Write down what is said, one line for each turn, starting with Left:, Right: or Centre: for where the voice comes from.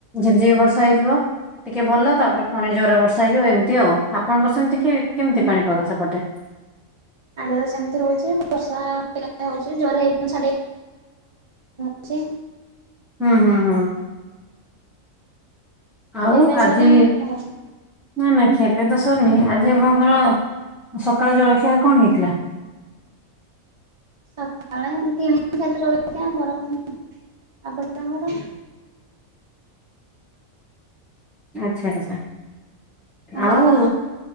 Centre: ଝିପିଝିପି ବର୍ଷା ହେଇଯିବ ଟିକେ ଭଲ ତାପରେ ପୁଣି ଯୋରରେ ବର୍ଷା ହେଇଯିବ ଏମିତି ଆଉ ଆପଣଙ୍କର ସେମିତି କି କେମିତି ପାଣିପାଗ ସେପଟେ?
Right: <unintelligible> ସେମିତି ହଉଛି ବର୍ଷା <unintelligible> <unintelligible> ହଉଛି ହଉଛି ଆଉ ଖିଆ
Centre: ହୁଁ ହୁଁ ହୁଁ ଆଉ
Right: ପିଆ
Centre: ଆଜି
Right: ସରିଲାଣି ଆପଣଙ୍କର?
Centre: ନା ନା ଖିଆ ପିଆ ତ ସରିନି ଆଜି ଆପଣଙ୍କର ସକାଳ ଜଳଖିଆ କଣ ହେଇଥିଲା?
Right: ସକାଳେ ଏମିତି <unintelligible> ଆପଣଙ୍କର?
Centre: ଆଚ୍ଛା ଆଛା
Right: ଆପଣଙ୍କର?
Centre: ଆଉ